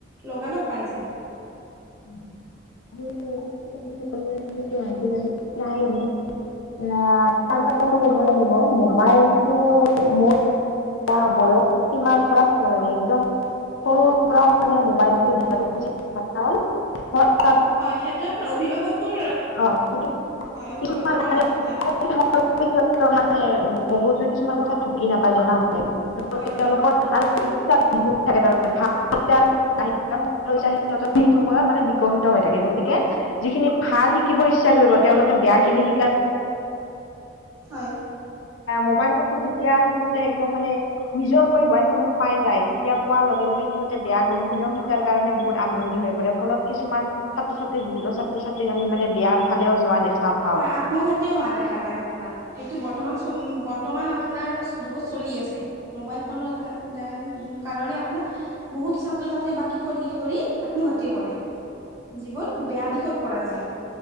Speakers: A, on the right; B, on the left.
A: লগা লগ পাই যায়।
B: <unintelligible> আজিকালি প্ৰায় মানে এয়া সচাঁ কথাটো ক'ব লাগিব মোবাইলটো মোৰ এটা বয়স সীমাৰ পৰা চাব লাগে একদম সৰু সৰু পৰা মানে মোবাইল দিয়াটো উচিত নহয়। কাৰণ হয় তাত
A: হয়, সেইটো আপোনাৰ অভিভাৱকৰ
B: অঁ কিন্তু
A: হয় অভিভাৱকৰ
B: কিছুমান মানে
A: দোষ থাকে।
B: <unintelligible> সিহঁতৰ মানে মগজুৰি কিছুমান কথা ঢুকি নাপায় জনা হয়, আৰু
A: হয় হয়
B: তেওঁলোকৰ
A: হয়
B: আৰু ইচ্ছা বহুত থাকে তাৰমানে <unintelligible> সেই সময়ত মানে বিকশিত হৈ থাকে। গতিকে যিখিনি ভাল শিকিব ইচ্ছা কৰিব তেওঁলোকে বেয়াখিনি শিকাৰ
A: হয়
B: মোবাইল ফোনটো যেতিয়া সিহঁতে একদম মানে নিজৰ কৰি মোবাইল ফোনটো পাই যায় তেতিয়া পোৱাৰ লগে লগে সিহঁতে বেয়া গুণখিনিও শিকাৰ কাৰণে বহুত আগ্ৰহী হৈ পৰে। ফলত কিছুমান ছাত্ৰ ছাত্ৰীক বহুতৰ ছাত্ৰ ছাত্ৰীক আমি মানে বিয়াৰ ফালেও যোৱা দেখা পাওঁ
A: হয়, আত্মঘাতিও হোৱা দেখা যায়। আপোনাৰ সেইটো বৰ্তমান চ উম, বৰ্তমান আপোনাৰ যুগত চলি আছে। মোবাইল ফোনৰ <unintelligible> কাৰণে আপোনাৰ বহুতো ছাত্ৰ ছাত্ৰী বা কিশোৰ কিশোৰী আত্ম ঘাটি কৰে। যিবোৰ বেয়া দিশত পৰা যায়